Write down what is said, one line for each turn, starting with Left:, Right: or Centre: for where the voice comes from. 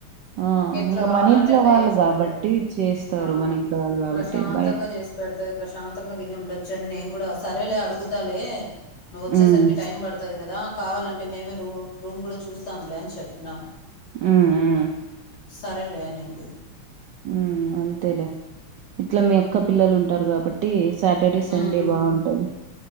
Right: ఆ
Left: ఎట్లా
Right: ఇంగ
Left: కావాలంటే
Right: మన ఇంట్లో
Left: అట్లా
Right: వాళ్ళు
Left: చేసి
Right: కాబట్టి
Left: పెడుతది
Right: చేస్తారు
Left: ఆ
Right: మన ఇంట్లో వాళ్ళు కాబట్టి
Left: ప్రశాంతంగా
Right: బయ్
Left: చేసి పెడుతుది ప్రశాంతంగా తిని ఉండదు వచ్చను నేను కూడా సరేలే అడుగుతలే నువ్వ వచ్చేసరికి
Right: ఉమ్
Left: టైమ్ పడుతది కదా కావాలంటే మేమే రూ రూం కూడా చూస్తాంలే అని చెప్పినా
Right: ఊ ఊ
Left: సరేలే అనింది
Right: ఉమ్ అంతేలే ఇట్లా మీ అక్క పిల్లలు ఉంటారు కాబట్టి సాటర్డే సండే
Left: ఉమ్
Right: బావుంటాది